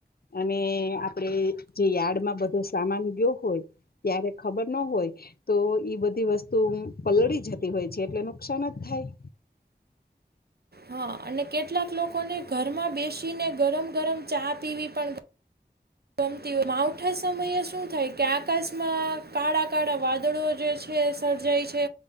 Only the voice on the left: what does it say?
અને આપણે જે યાર્ડમાં બધો સામાન ગયો હોય. ત્યારે ખબર ન હોય તો ઈ બધી વસ્તુ પલળી જતી હોય છે, એટલે નુકસાન જ થાય.